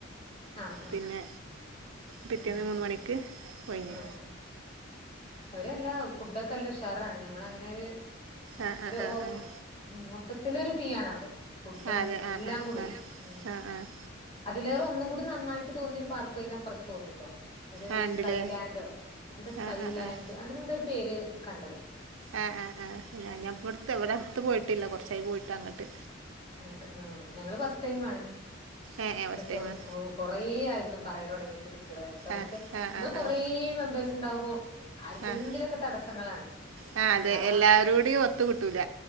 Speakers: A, on the left; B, on the right.
A: ആഹ് ആഹ്
B: പിന്നെ പിറ്റേന്ന്
A: ഉം
B: മൂന്ന് മണിക്ക് ഒഴിഞ്ഞ്
A: ആഹ് ആഹ് അവരെ എല്ലാ ഫുഡൊക്കെ നല്ല ഉഷാറാണ് ഞമ്മളങ്ങനെ ഒര്
B: ആഹ്
A: ഒര്
B: ആഹ് ആഹ്
A: ഓ
B: ആഹ്
A: ഉം മൊത്തത്തിലൊരു ഫ്രീ ആണ് അവ്ടെയ് ഫുഡും
B: ആഹ് അതെ ആഹ്
A: എല്ലാം
B: ആഹ്
A: കൂടി
B: ആഹ്
A: ഉം
B: ആഹ് ആഹ്
A: അതിലേറെ ഒന്നും കൂടി നന്നായിട്ട് തോന്നിയ ഒരു പാർക്കും അയ്‌നപ്പർത്ത് തോന്നിട്ടോ ഒരു ഒര്
B: ആഹ് ഉണ്ടല്ലേ
A: സ്കൈലാൻഡോ എന്താ സ്കൈ
B: ആഹ് ആഹ്
A: ലാൻഡ്
B: ആഹ്
A: അങ്ങനെ എന്തോരു പേര് കണ്ടത്
B: ആഹ് ആഹ് ആഹ് ഞ
A: ഉം
B: ഞാൻ ഇപ്പട്ത്ത് ഇവിടെ അട്ത്ത് പോയിട്ടില്ല കൊർച്ചായി പോയിട്ട് അങ്ങട്ട്
A: അങ്ങട്ട് ആഹ് ഞങ്ങള് ഫസ്റ്റ് ടൈമാണ്
B: ഏഹ് ഏഹ് ഫസ്റ്റ്
A: റിസോർട്ട്
B: ടൈമാ
A: ഓ കൊറേ ആയിരുന്നു പറയലൊടങ്ങീട്ട് കുട്ടികള് ഞമ്മക് അമ്മക്ക്
B: ആഹ് ആഹ്
A: നമ്മള്
B: ആഹ്
A: കൊറേ
B: ആഹ്
A: മെമ്പേഴസ് ഇണ്ടാവുമ്പോ ആര്ക്കെങ്കിലൊക്കെ
B: ആഹ്
A: തടസ്സങ്ങളാണ്
B: ആ അത്
A: എല്ലാ
B: എല്ലാവരോടെയും ഒത്തു കിട്ടൂല